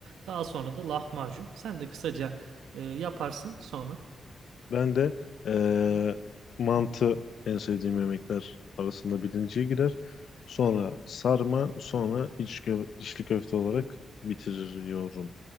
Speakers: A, on the right; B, on the left.
A: Daha sonra da lahmacun. Sen de kısaca e, yaparsın sonra.
B: Ben de eee, mantı en sevdiğim yemekler arasında birinciye girer. Sonra sarma, sonra iç kö- içli köfte olarak bitiriyorum.